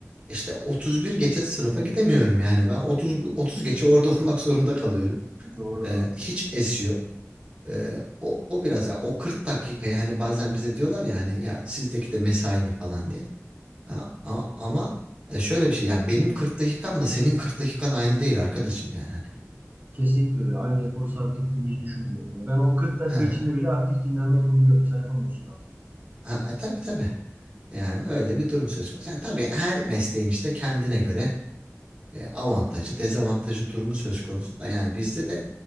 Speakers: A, on the right; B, on the right.
A: işte 31 geçe sınıfa gidemiyorum yani. Ben 30 30 geçe orada <laughs> olmak zorunda kalıyorum.
B: Doğru
A: Ee,
B: abi.
A: hiç es yok. Ee, o o biraz yani o 40 dakika yani bazen bize diyorlar ya hani ya sizdeki de mesai mi falan diye. Ha, a- ama e, şöyle bir şey yani benim 40 dakikamla senin 40 dakikan aynı değil arkadaşım yani hani.
B: Kesinlikle öyle. Aynı efor sarf ettiğimizi düşünmüyorum. Ya Ben o 40 dakika
A: <laughs>
B: içinde bile aktif dinlenme yapabiliyorum. Sen yapamıyorsun abi.
A: Ha, Tabii tabii. Yani öyle bir durum söz konusu. Ha, tabii her mesleğin işte kendine göre e, avantajı, dezavantajı durumu söz konusu da yani bizde de